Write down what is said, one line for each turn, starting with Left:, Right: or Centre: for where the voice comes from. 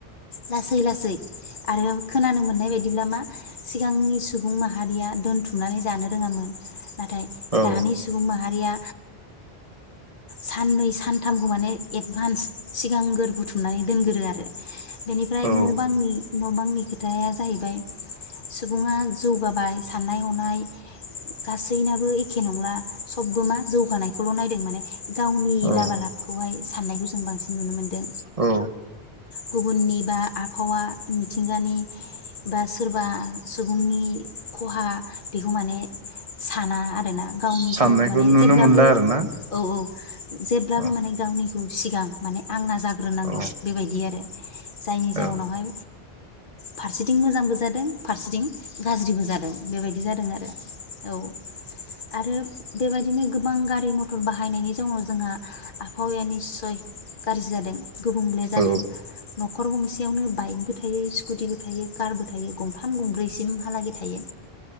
Left: लासै लासै आरो खोनानो मोननाय बायदिब्ला मा सिगांनि सुबुं माहारिया दोनथुमनानै जानो रोङामोन नाथाय
Right: औ
Left: दानि सुबुं माहारिया साननै सान थामखौ माने एडभान्स सिगांग्र बुथुमनानै दोनगोरो आरो बेनिफ्राय
Right: औ
Left: न' बांनि न' बांनि बे खोथाया जाहैबाय सुबुङा जौगाबाय साननाय हनाय गासैनाबो एखे नंला सबबो मा जौगानायखौल' नायदों माने गावनि
Right: औ
Left: लाबा लाब खौहाय सान्नायखौ जों बांसिन नुनो मोनदों
Right: औ
Left: गुबुननि बा आबहावा मिथिंगानि बा सोरबा सुबुंनि खहा बेखौ माने साना आरोना गावनिखौ
Right: साननायखौ
Left: माने
Right: नुनो
Left: जेब्लाबो
Right: मोनला आरोना
Left: औ औ <inaudible> जेब्लाबो
Right: औ
Left: माने गावनि खौ सिगां माने आंना जाग्रोनांगौ
Right: औ
Left: बेबायदि आरो <inaudible> जायनि जाउनावहाय
Right: औ
Left: फारसे थिं मोजांबोज जादों फारसेथिं गाज्रिबो जादों बेबायदि जादों आरो औ आरो बेबायदिनो गोबां गारि मथर बाहायनायनि जाउनाव जोंहा आबहावाया निस्सय गाज्रि जादों गुबुंले जादों
Right: औ
Left: न'खर गं सेयावनो बाइकबो थायो स्कुटिबो थायो कारबो थायो गंथाम गंब्रैसिमहालागै थायो।